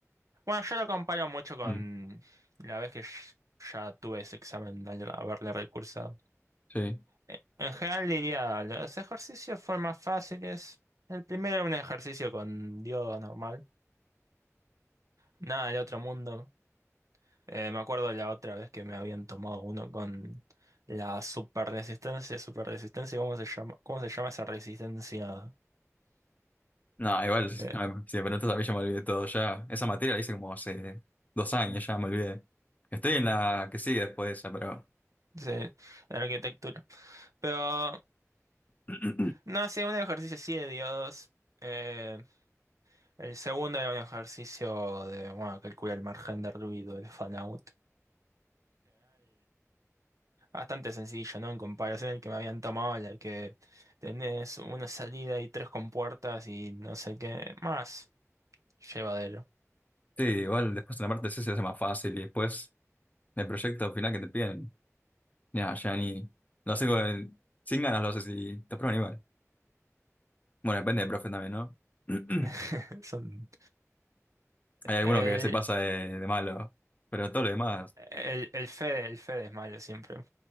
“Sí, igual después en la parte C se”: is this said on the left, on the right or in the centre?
Left